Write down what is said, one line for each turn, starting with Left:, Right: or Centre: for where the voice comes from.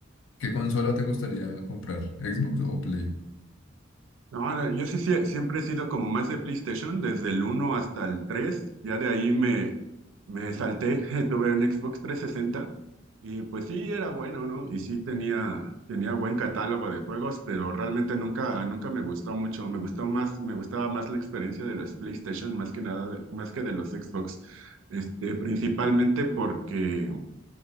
Left: ¿qué consola te gustaría comprar? ¿Xbox o Play?
Right: No, no, yo sí, sí, siempre he sido como más de PlayStation, desde el uno hasta el tres ya de ahí me, Me salté, <laughs> tuve un Xbox trescientos sesenta y pues sí era bueno, ¿no? Y sí tenía, tenía buen catálogo de juegos, pero realmente nunca, nunca me gustó mucho. Me gustó más, me gustaba más la experiencia de los PlayStation, más que nada, de- más que de los Xbox. Este, principalmente porque,